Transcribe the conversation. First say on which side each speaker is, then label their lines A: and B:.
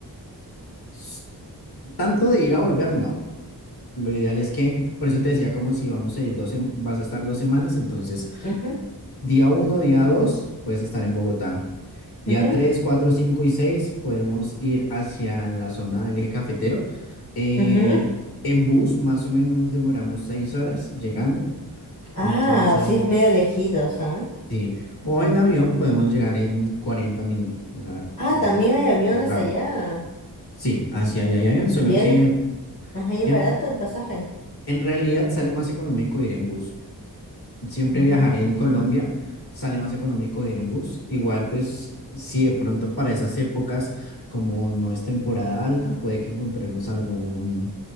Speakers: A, on the left; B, on the left.
A: S- Tanto de ir a volver, no. Lo ideal es que, por eso te decía, como si vamos a ir dos, sem- vas a estar dos semanas, entonces
B: Ujú,
A: día uno, día dos, puedes estar en Bogotá. Día
B: ujú,
A: tres cuatro 5 y 6 podemos ir hacia la zona del eje cafetero. Eh,
B: ujú.
A: en bus más o menos nos demoramos 6 horas llegando.
B: Ah,
A: Entonces,
B: sí, es medio lejidos, ¿ah?
A: sí. O en avión podemos llegar en 40 minutos. O sea,
B: Ah,
A: es,
B: también hay aviones
A: es rápido.
B: allá.
A: Sí, hacia allá hay avión, solo
B: Y es,
A: que
B: ajá, y es
A: en,
B: barato el pasaje.
A: en realidad sale más económico ir en bus. siempre
B: Mm,
A: viajaré en Colombia, sale más económico ir en bus. Igual, pues, si de pronto para esas épocas, como no es temporada alta, puede que encontremos algún,